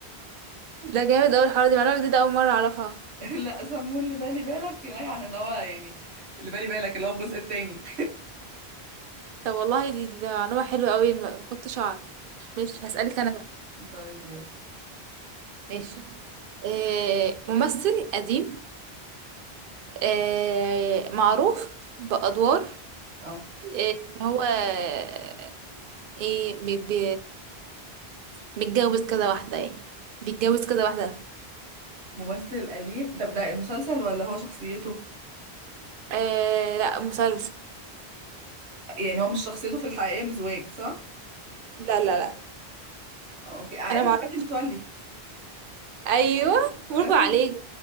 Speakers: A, on the right (about 60°); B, on the right (about 80°).
A: ده جامد اوي الحوار دي معلومة جديدة أول مرة أعرفها
B: <laughs> لا سمون اللي بالي بالك كفايه على ان هو يعني اللي بالي بالك اللي هو الجزء التاني
A: طب والله دي, دي معلومة حلوة أوي ما ما كنتش أعرف ماشي هسألك أنا بقى
B: <laughs> طيب يلا
A: ماشي آه ممثل قديم آه معروف بأدوار
B: اه
A: آه، إن هو آه، إيه بي بي متجوز كذا واحدة يعني بيتجوز كذا واحدة
B: ممثل قديم طب ده المسلسل ولا هو شخصيته
A: آه لا مسلسل
B: يعني هو مش شخصيته في الحقيقة مزواج صح؟
A: لا لا لا
B: اه اوكي عائلة
A: أنا معرفش
B: الحاج متولي
A: أيوه برافو
B: ايوه
A: عليك